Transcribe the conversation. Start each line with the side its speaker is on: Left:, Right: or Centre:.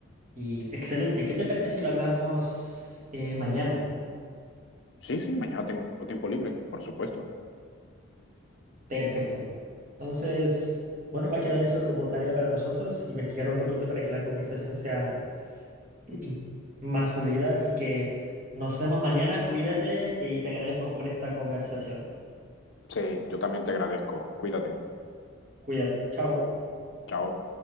Right: Y excelente, ¿qué te parece si lo hablamos eh, mañana?
Left: Sí, sí, mañana tengo tiempo libre, por supuesto.
Right: Perfecto. Entonces, bueno, va a quedar eso como tarea para nosotros, investigar un poquito para que la conversación sea <clears throat> más fluida. Así que nos vemos mañana, cuídate y te agradezco por esta conversación.
Left: Sí, yo también te agradezco. Cuídate.
Right: Cuídate, chao.
Left: Chao.